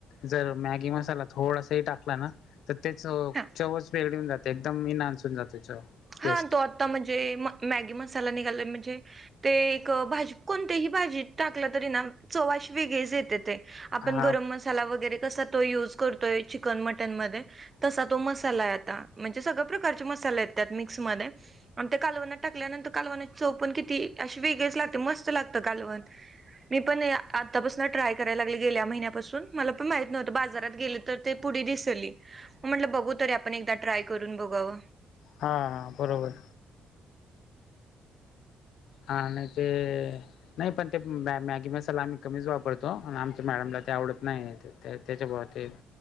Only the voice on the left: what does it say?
जर मॅगी मसाला थोडासाही टाकला ना तर तेचं
चवच वेगळी होवून जाते, एकदम नानसून जाते चव. टेस्ट
हा
हा
हा हा, बरोबर. हा आणि ते नाही पण ते मॅ मॅगी मसाला आम्ही कमीच वापरतो, अन आमच्या मॅडमला ते आवडत नाही, नाहीतर. त्या त्याच्या भावात एक